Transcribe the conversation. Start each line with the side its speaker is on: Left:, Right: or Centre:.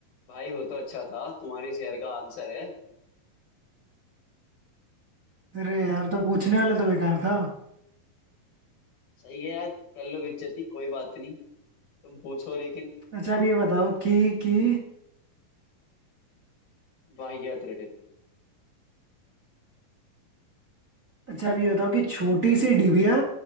Left: भाई वो तो अच्छा था तुम्हारे शहर का आंसर है
Right: अरे यार तो पूछने वाला तो बेकार था
Left: सही है यार कर लो बेइज्जती कोई बात नहीं तुम पूछो लेकिन
Right: अच्छा अब ये बताओ कि कि
Left: वाहियात रिडल
Right: अच्छा अब ये बताओ कि छोटी सी डिबिया